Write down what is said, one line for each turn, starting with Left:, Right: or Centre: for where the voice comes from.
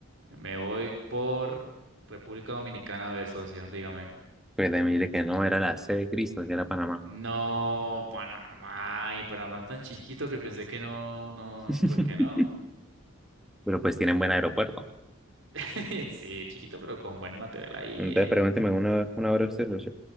Right: Me voy por República Dominicana, a ver, socio, dígame.
Centre: Pues de mí de que no, era la C de Cristo, sí era Panamá.
Right: No, Panamá. Y Panamá es tan chiquito que pensé que no, no,
Centre: <laughs>
Right: pues que no.
Centre: Pero pues tienen buen aeropuerto.
Right: <laughs> Sí, chiquito, pero con buen material ahí,
Centre: Entonces
Right: ¿eh?
Centre: pregúnteme una, una hora usted, socio.